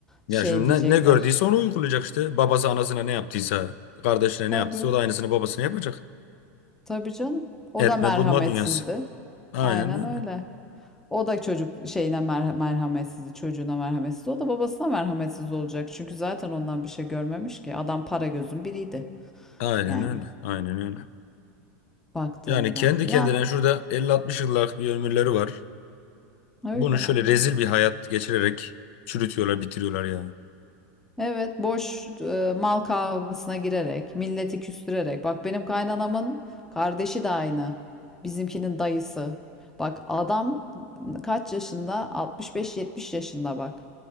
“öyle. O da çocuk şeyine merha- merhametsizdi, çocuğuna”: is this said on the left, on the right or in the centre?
Centre